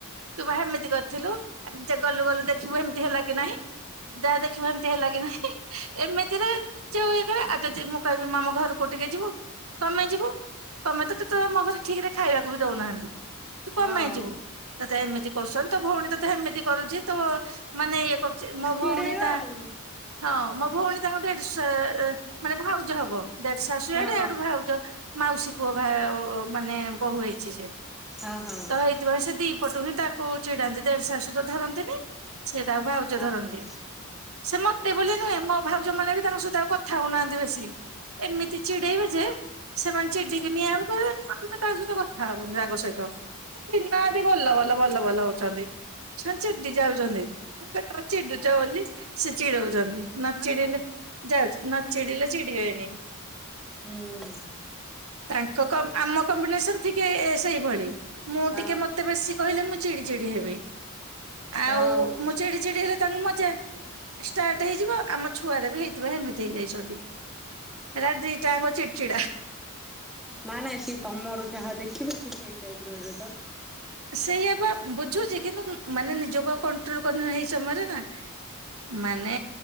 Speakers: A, on the right; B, in the centre.
A: ତୁ ପା ହେମିତି କରିଥିଲୁ ଯେ ଗଲୁ ଗଲୁ ଦେଖିବୁ ଏମତି ହେଲା କି ନାହିଁ ଯାହା ଦେଖିବୁ ହେମତି। ହେଲା କି ନାଇଁ ଏମିତିରେ ଚୁଇ ଆଉ ଯଦି ମୁଁ କହିବି ଆମ ଘରକୁ ଟିକେ ଯିବୁ କମାଇଁ ଯିବୁ। କମାଇ ତ ତେ ତମଘରେ ଠିକ୍ ରେ ଖାଇବାକୁ ବି ଦଉନାହାନ୍ତି। ତୁ
B: ହଁ
A: କ ପାଇଁ ଯିବୁ ତତେ ଏମିତି କରୁଚନ୍ତି ତୋ ଭୋଉଣୀ ତତେ ହେମିତି କରୁଚି ତୋ ମାନେ ଇଏ କର ମୋ
B: ଚିଡେଇବା
A: ଭୋଉଣୀ ତା
B: ଆଉ
A: ହଁ ମୋ ଭୋଉଣୀ ତାଙ୍କ ଦେ ସେ ମାନେ ଭାଉଜ ହବ। ଦେଢ ଶାଶୁଆଡୁ
B: ହଁ
A: ଆଡୁ ଭାଉଜ ମାଉସୀ ପୁଅ ଭା ମାନେ ବୋହୁ ହେଇଛି ସେ। ତ
B: ହଁ ହଁ।
A: ସେଇଥିପାଇଁ ସେ ଦି ପଟୁ ହିଁ ତାକୁ ଚିଡାନ୍ତି ଦେଢ ଶାଶୁ ତ ଧରନ୍ତିନେହିଁ। ସେ ତାକୁ ଭାଉଜ
B: ଉଁ
A: ଧରନ୍ତି ସେ ମତେ ବୋଲି ନୁହେଁ ମୋ ଭାଉଜ ମାନେ ବି ତାଙ୍କ ସହିତ ଆଉ କ କଥା ହଉନାହାନ୍ତି ବେଶୀ ଏମିତି ଚିଡେଇବେ ଯେ ସେମାନେ ଚିଡିକି ନିଆଁ କହିବେ ଆମେ ତାଙ୍କ ସହିତ କଥା ହବୁନି ତାଙ୍କ ସହିତ ଦିନ ରାତି ବଲ ବଲ ବଲ ବଲ ହଉଛନ୍ତି ସେ ଚିଡି ଯାଉଚନ୍ତି। ତମେ ଚିଡୁଚ ବୋଲି ସେ ଚିଡଉଚନ୍ତି ନ ଚିଡିଲେ ଯାଉଚି। ନ ଚିଡ଼ିିଲେ ଚିଡ଼ି ବେନେହିଁ।
B: ହୁଁ।
A: ତାଙ୍କ କ ଆମ କମ୍ବିନେସନ୍ ଠିକ୍ ସେଇଭଳି ମୁଁ
B: ହଁ
A: ଟିକେ ମତେ ବେଶି କହିଲେ ମୁଁ ଚିଡି ଚିଡି ହେବି ଆଉ
B: ହଁ।
A: ମୁଁ ଚିଡି ଚିଡି ହେଲେ ତାଙ୍କୁ ମଜା ଷ୍ଟାର୍ଟ ହେଇଯିବ ଆମ ଛୁଆରେ ବି ହେଇଥିବ ହେମିତି। ତି ନେଇଛନ୍ତି ଏରା ଦି ଟାଆଙ୍କ ଚିଡି ଚିଡା।
B: ନା ନାଇଁ ସିଏ ତମର ଯାହା ଦେଖିବେ ସେ ସେଇ ଟାଇପ୍ ର ହେବେପା।
A: ସେଇଆା ପା ବୁଝୁଚି କିନ୍ତୁ ମାନେ ନିଜକୁ ଆଉ କଣ୍ଟ୍ରୋଲ କରିହୋଉ ନେହିଁ ଏଇ ସମୟରେ ନା। ମାନେ